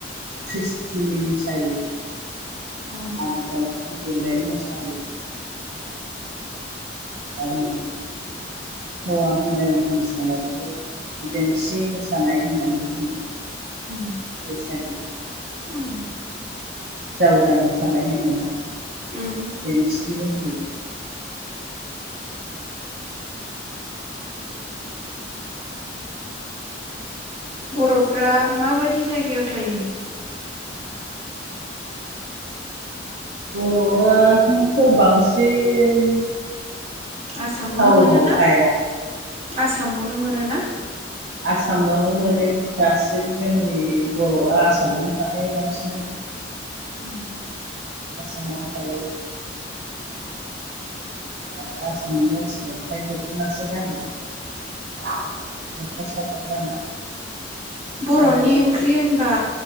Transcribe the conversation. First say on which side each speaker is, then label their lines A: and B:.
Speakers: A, on the right; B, on the right.
A: ख्रिस्टिनि मोसायो
B: अ उम
A: आरो दाउस्रि देलाइ मोसायो आरो हौवा हिनजाव मोसानायखौ देमसि मोसानाय होननानै बुङो
B: उम
A: बैसागु
B: उम
A: जावजा मोसानाय होनोना
B: उम
A: देमसिबो होनो बेखौ
B: बर'फ्रा माबायदि जायगायाव थायो
A: बर'आथ' बांसिन
B: आसामावनो
A: टाउनाव
B: मोनोना
A: थाया
B: आसामाव नुनो मोनो ना
A: आसाम नावनो मोनो दासिम जोंनि बर'आ आसाम आवनो थाखायो बांसिनानो
B: उम
A: आसामावनो थायो आरो आसामनि मानसिफ्रा फ्राय दख'नासो गानो मेख्ला सादर गाना
B: बर'नि
A: आरो
B: ओंख्रि होनबा